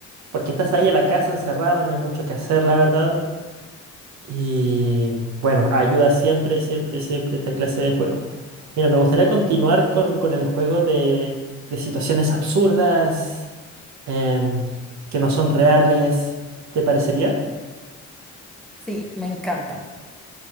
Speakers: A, on the right; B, in the centre.
A: Porque estás ahí a la casa encerrada, no hay mucho que hacer, la verdad. Y bueno, ayuda siempre, siempre, siempre esta clase de juegos. Mira, me gustaría continuar con, con el juego de, de situaciones absurdas. em, que no son reales. ¿Te parecería?
B: Sí, me encanta,